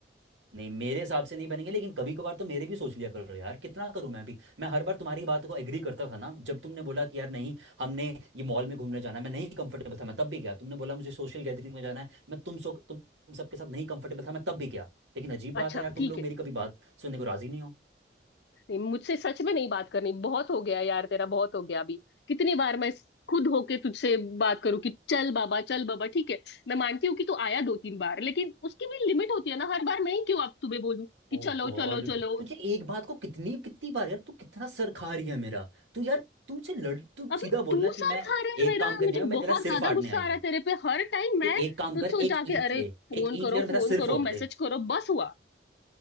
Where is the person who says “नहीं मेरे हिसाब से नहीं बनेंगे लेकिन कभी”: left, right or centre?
Right